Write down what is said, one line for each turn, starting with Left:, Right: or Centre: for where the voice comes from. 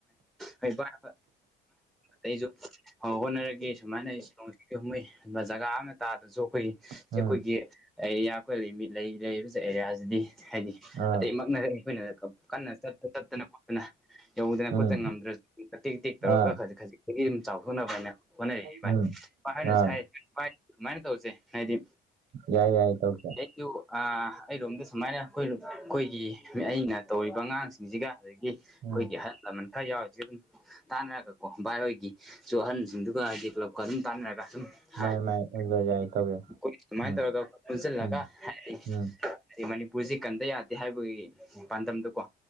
Centre: ꯍ ꯑꯩꯁꯨ ꯍꯣꯠꯅꯔꯒꯦ ꯁꯨꯃꯥꯏꯅꯣꯡ ꯍꯨꯝꯃꯩꯕ ꯖꯒꯥ ꯑꯃ ꯇꯥꯗꯁꯨ ꯑꯩꯈꯣꯏꯒꯤ
Right: ꯎꯝ
Centre: ꯑꯩꯈꯣꯏꯒꯤ ꯑꯦꯔꯤꯌꯥ ꯑꯩꯈꯣꯏ ꯑꯦꯔꯤꯌꯥꯁꯤꯗꯤ ꯍꯥꯏꯗꯤ
Right: ꯑꯥ
Centre: ꯑꯇꯩꯃꯛꯅ ꯑꯩꯈꯣꯏꯅ ꯀꯟꯅ ꯆꯠꯇꯅ ꯈꯣꯠꯇꯅ ꯌꯧꯗꯅ
Right: ꯎꯝ
Centre: ꯈꯣꯠꯇꯅ ꯉꯝꯗ꯭ꯔꯁꯨ ꯇꯦꯛ ꯇꯦꯛ ꯇꯧꯔꯒ
Right: ꯑꯥ
Centre: ꯈꯖꯤꯛꯛꯇꯗꯤ ꯑꯗꯨꯝ ꯆꯥꯎꯊꯣꯛꯅꯕꯅꯦ ꯍꯅꯦ ꯄꯥꯏ
Right: ꯎꯝ
Centre: ꯄꯥꯏꯅꯨ
Right: ꯑꯥ
Centre: ꯆꯥꯏ ꯑꯗꯨꯃꯥꯏꯅ ꯇꯧꯁꯦ ꯍꯥꯏꯗꯤ
Right: ꯌꯥꯏ ꯌꯥꯏ ꯇꯧꯁꯦ
Centre: ꯊ ꯑꯩꯔꯣꯝꯗ ꯁꯨꯃꯥꯏꯅ ꯑꯩꯈꯣꯏ ꯑꯩꯈꯣꯏꯒꯤ ꯑꯩꯅ ꯇꯧꯔꯤꯕ ꯑꯉꯥꯡꯁ ꯁꯤꯡꯁꯤꯒ ꯑꯗꯒꯤ ꯑꯩꯈꯣꯏꯒꯤ
Right: ꯎꯝ
Centre: ꯑꯍꯜ ꯂꯃꯟ ꯈꯔ ꯌꯥꯎꯔꯤꯁꯤꯒ ꯑꯗꯨꯝ ꯇꯥꯟꯅꯔꯒꯀꯣ ꯚꯥꯏ ꯍꯣꯏꯒꯤꯁꯨ ꯑꯍꯟꯁꯤꯡꯗꯨꯒ ꯍꯥꯏꯗꯤ ꯀ꯭ꯂꯞꯀ ꯑꯗꯨꯝ ꯇꯥꯟꯅꯔꯒ ꯁꯨꯝ
Right: ꯃꯥꯅꯤ
Centre: ꯍꯥꯏ ꯑꯩꯣꯏ
Right: ꯃꯥꯅꯤ ꯑꯗꯨꯗ ꯌꯥꯏ ꯇꯧꯁꯦ
Centre: ꯁꯨꯃꯥꯏꯅ
Right: ꯎꯝ
Centre: ꯇꯧꯔꯒ ꯑꯩꯈꯣꯏ ꯄꯨꯟꯁꯤꯜꯂꯒ
Right: ꯎꯝ
Centre: ꯍꯥꯏ
Right: ꯎꯝ
Centre: ꯍꯥꯏꯗꯤ ꯃꯅꯤꯄꯨꯔꯁꯤ ꯀꯟꯗ ꯌꯥꯗꯦ ꯍꯥꯏꯕꯒꯤ ꯄꯥꯟꯗꯝꯗꯀꯣ